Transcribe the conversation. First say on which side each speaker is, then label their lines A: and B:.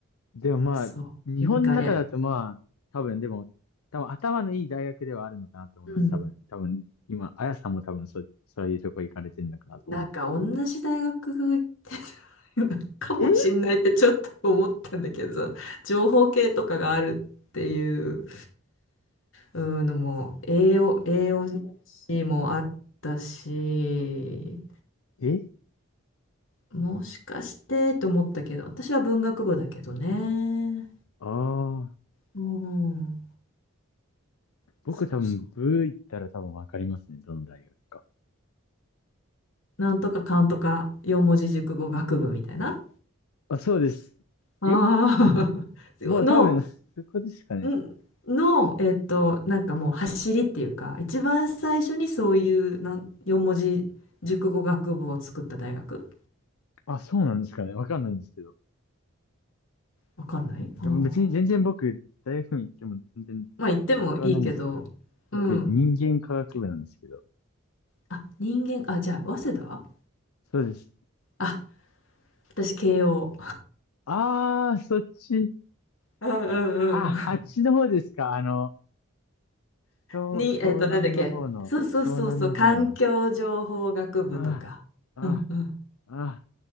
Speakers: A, on the left (about 85°); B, on the left (about 60°).
A: う、でもまあ、
B: そう、
A: 日本の中だとまあ、
B: インカレ。
A: 多分でも、多分頭のいい大学ではあるのかなと思います。
B: うん
A: 多分、多分、今、あやさんも多分そ、そういうとこ行かれてるのかなと思うんです。
B: なんか同じ大学行ってた <laughs> かもしんないってちょっと思ったんだけど、
A: ええ
B: 情報系とかがあるっていううんのも、栄養、栄養士もあったし、
A: ええ
B: もしかしてと思ったけど、私は文学部だけどね。
A: ああ
B: うん、
A: 僕多分、
B: そうそう。
A: ブー行ったら多分わかりますね。どの大学か。
B: なんとかかんとか四文字熟語学部みたいな。
A: あ、そうです。
B: ああ
A: え
B: <laughs> の
A: もう多分、そこですかね。
B: うんの、えっと、なんかもう走りっていうか、一番最初にそういうなん4文字熟語学部を作った大学
A: あ、そうなんですかね。わかんないんですけど。
B: わかんないああ
A: でも別に全然僕、大学に行っても全然、
B: まあ言ってもいいけど、
A: それはないんですけど。僕、
B: うん。
A: 人間科学部なんですけど。
B: あ、人間、あ、じゃあ、早稲田
A: そうです。
B: あ、私、慶応。
A: あー、そっち。
B: うんうんうん
A: あ、あっちの方ですか。あの、湘、
B: うん。に、
A: 湘南の方の、
B: えっと、なんだっけ。そうそうそうそう、
A: 湘南の方の。
B: 環境情報学部とか、
A: あー、あ
B: うんうん。
A: ー、あ